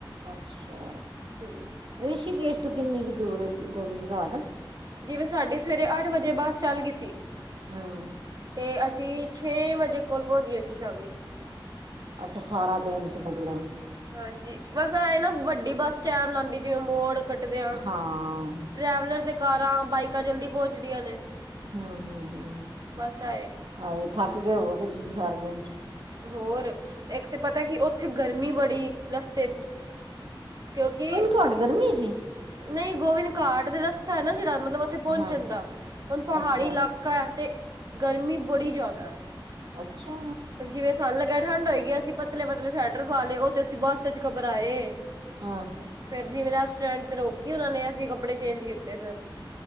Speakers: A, on the right; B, on the right.
A: ਅੱਛਾ
B: ਹੂੰ
A: ਰਿਸ਼ੀਕੇਸ਼ ਤੋਂ ਕਿੰਨੀ ਕੁ ਦੂਰ ਏ ਗੋਬਿੰਦ ਘਾਟ।
B: ਜਿਵੇਂ ਸਾਡੀ ਸਵੇਰੇ ਅੱਠ ਵਜੇ ਬੱਸ ਚੱਲ ਗਈ ਸੀ।
A: ਹਾਂ
B: ਤੇ ਅਸੀਂ ਛੇ ਵਜੇ ਕੋਲ ਪੋਂਚ ਗੇ ਸੀ ਸ਼ਾਮੀ।
A: ਅੱਛਾ ਸਾਰਾ ਦਿਨ ਚ ਮਤਲਬ।
B: ਹਾਂਜੀ ਬਸ ਐ ਏ ਨਾ ਵੱਡੀ ਬੱਸ ਟੈਮ ਲਾਂਦੀ ਜਿਵੇਂ ਮੋੜ- ਕੱਟਦਿਆਂ।
A: ਹਾਂ
B: ਟਰੈਵਲਰ ਤੇ ਕਾਰਾਂ, ਬਾਈਕਾਂ ਜਲਦੀ ਪਹੁੰਚਦੀਆਂ ਨੇ।
A: ਹੂੰ ਹੂੰ ਹੂੰ,
B: ਬਸ ਆਏ
A: ਹਾਏ ਥੱਕ ਕੇ ਹੋਵੋਗੇ ਤੁਸੀਂ ਸਾਰਾ ਦਿਨ ਚ।
B: ਹੋਰ ਇੱਕ ਤੇ ਪਤਾ ਕੀ ਓਥੇ ਗਰਮੀ ਬੜੀ। ਰਸਤੇ ਚ ਕਿਉਂਕਿ-
A: ਭਰ ਗਰਮੀ ਸੀ।
B: ਨਈ ਗੋਵਿੰਦ ਘਾਟ ਦੇ ਰਸਤਾ ਐ ਨਾ ਜੇੜਾ ਮਤਲਬ ਓਥੇ ਪੋਂਚਣ
A: ਹਾਂ
B: ਦਾ। ਹੁਣ ਪਹਾੜੀ
A: ਅੱਛਾ
B: ਇਲਾ- ਕਾ ਏ ਤੇ, ਗਰਮੀ ਬੜੀ ਜਾਦੈ।
A: ਅੱਛਾ
B: ਜਿਵੇਂ ਸਾਨੂੰ ਲੱਗਿਆ ਠੰਢ ਹੋਏਗੀ, ਅਸੀਂ ਪਤਲੇ ਪਤਲੇ ਸਵੈਟਰ ਪਾ ਲੇ। ਓ ਤੇ ਅਸੀਂ ਬਸੇ ਚ ਘਬਰਾਏ।
A: ਹਾਂ
B: ਫੇਰ ਜਿਵੇਂ ਰੈਸਟੋਰੈਂਟ ਤੇ ਰੋਕੀ ਓਨਾ ਨੇ ਅਸੀਂ ਕੱਪੜੇ ਚੇਂਜ ਕੀਤੇ ਫੇਰ।